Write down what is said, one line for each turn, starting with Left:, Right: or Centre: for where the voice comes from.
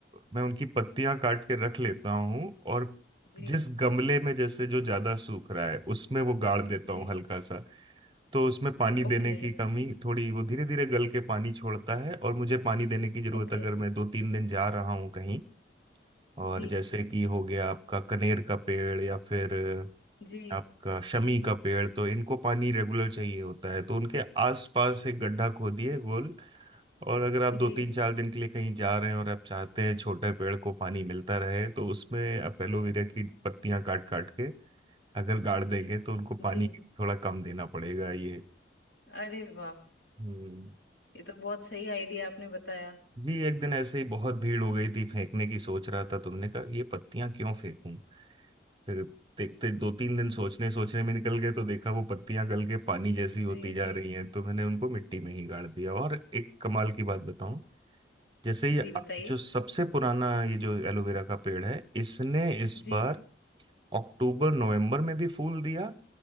Right: मैं उनकी पत्तियां काट के रख लेता हूँ और
Left: जी
Right: जिस गमले में जैसे जो ज्यादा सूख रहा है उसमें वो गाड़ देता
Left: जी
Right: हूँ हल्का सा तो उसमें पानी देने
Left: Okay
Right: की कमी थोड़ी वो धीरे धीरे गल के पानी छोड़ता है और मुझे पानी देने की जरूरत
Left: okay
Right: अगर मैं दो तीन दिन जा रहा हूँ कहीं और
Left: जी
Right: जैसे कि हो गया आपका कनेर का पेड़ या फिर
Left: जी
Right: आपका शमी का पेड़ तो इनको पानी रेगुलर चाहिए होता है तो उनके आसपास एक गड्ढा खोदिए गोल और अगर आप दो
Left: जी
Right: तीन चार दिन के लिए कहीं जा रहे हैं और आप चाहते हैं छोटे पेड़ को पानी मिलता रहे तो उसमें आप एलोवेरा की पत्तियां काट काट के अगर गाड़ देंगे तो उनको पानी
Left: जी
Right: थोड़ा कम देना पड़ेगा ये
Left: अरे वाह
Right: हम्म
Left: ये तो बहुत सही आइडिया आपने बताया
Right: जी एक दिन ऐसे ही बहुत भीड़ हो गई थी फेंकने की सोच रहा था तुमने कहा ये पत्तियां क्यों फेंकूं फिर देखते दो तीन दिन सोचने सोचने में निकल गए तो देखा वो पत्तियां गल के पानी जैसी होती
Left: जी
Right: जा
Left: जी
Right: रही हैं तो मैंने उनको मिट्टी में ही गाड़ दिया और एक कमाल की बात बताऊं जैसे
Left: जी
Right: ये
Left: बताइए
Right: अ- जो सबसे पुराना ये जो एलोवेरा का पेड़ है इसने इस
Left: जी
Right: बार अक्टूबर नवंबर में भी फूल दिया